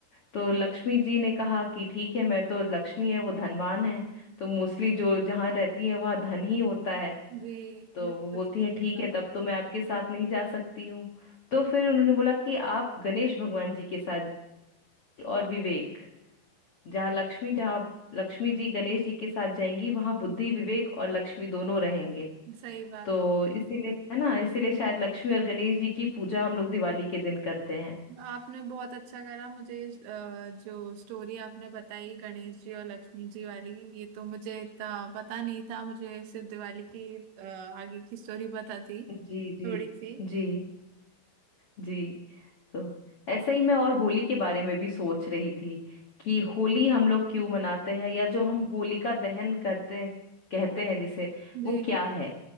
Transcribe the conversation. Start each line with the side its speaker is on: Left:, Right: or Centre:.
Left: तो लक्ष्मी जी ने कहा कि ठीक है मैं तो लक्ष्मी है वो धनवान है तो मोस्टली जो जहाँ रहती है वहाँ धन ही होता है
Right: जी
Left: तो
Right: बिल्कुल
Left: वो बोलती
Right: सही
Left: है ठीक
Right: बात
Left: है तब तो मैं आपके साथ नहीं जा सकती हूँ तो फिर उन्होंने बोला कि आप गणेश भगवान जी के साथ और विवेक जहाँ लक्ष्मी जहाँ लक्ष्मी जी गणेश जी के साथ जाएंगी वहां बुद्धि विवेक और लक्ष्मी दोनों रहेंगे
Right: सही बात
Left: तो
Right: है
Left: इसीलिए है ना इसीलिए शायद लक्ष्मी और गणेश जी की पूजा हम लोग दिवाली के दिन करते हैं
Right: आपने बहुत अच्छा करा मुझे इस, अ, जो स्टोरी आपने बताई गणेश जी और लक्ष्मी जी वाली ये तो मुझे इतना पता नहीं था मुझे सिर्फ दिवाली की अ, आगे की स्टोरी पता थी
Left: जी जी
Right: थोड़ी सी
Left: जी जी तो ऐसे ही मैं और होली के बारे में भी सोच रही थी कि होली हम लोग क्यों मनाते हैं या जो हम होलिका दहन करते कहते हैं जिसे
Right: जी
Left: वो क्या है